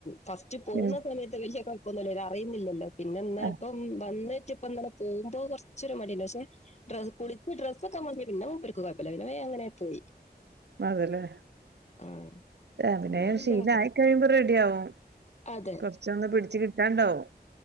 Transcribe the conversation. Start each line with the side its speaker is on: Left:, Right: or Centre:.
Left: ഫസ്റ്റ് പോകുന്ന
Right: ഉം
Left: സമയത്ത് വല്ല്യ കുഴപ്പൊന്നുവില്ല അവര് അറിയുന്നില്ലല്ലോ പിന്നെ എന്നാ
Right: ആഹ്
Left: ഇപ്പം വന്ന് നോ ക്കിയപ്പോ ഇന്നലെ പോവുമ്പോ ഒരു ഇച്ചിരി മടിയുണ്ടായിരുന്നു പക്ഷെ ഡ്ര കുളിച്ച ഡ്രസൊക്കെ മാറി പിന്നെ മൂപ്പർക്ക് കുഴപ്പല്ല പിന്നെ അവർക്ക് കുഴപ്പമില്ലാരുന്നു അങ്ങനെ പോയി
Right: അതേ അല്ലേ
Left: ആഹ്
Right: അഭിനയം
Left: പിന്നെ വലിയ
Right: ശീല
Left: കുഴപ്പമില്ല
Right: മായി കഴിയുമ്പോ റെഡി ആവും
Left: അതെ
Right: കുറച്ചൊന്ന് പിടിച്ച് കിട്ടാണ്ടാവും